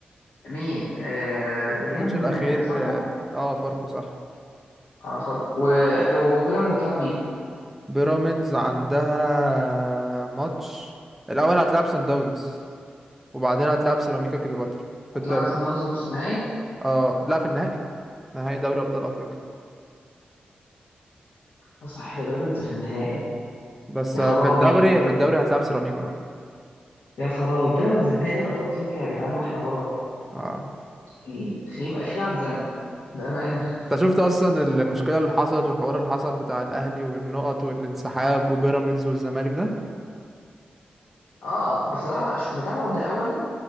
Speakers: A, on the left; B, in the centre.
A: مين آه
B: الماتش
A: تقريبا
B: الاخير
A: آه، فاركو
B: اه فاركو صح
A: اه فاركو و- وبيراميدز هتلعب مين
B: بيراميدز عندها ماتش الاول هتلعب سان داونز وبعدين هتلعب سيراميكا كليوباترا في
A: هتلعب
B: الدوري
A: سان داونز نص النهائي
B: اه لا في النهائي نهائي دوري ابطال افريقيا
A: اه صح ده بيراميدز في النهائي
B: بس
A: يا خرابي
B: في الدوري في الدوري هتلعب سيراميكا بقى
A: يا خرابي بيراميدز في نهائي دوري ابطال افريقيا يا جدعان واحنا بره
B: اه
A: ايه خيم اخي على الزمن بأمانة
B: انت شفت اصلا المشكله اللي حصلت والحوار اللي حصل بتاع الاهلي والنقط والانسحاب وبيراميدز والزمالك ده
A: اه بصراحة ش- متابعه من الأول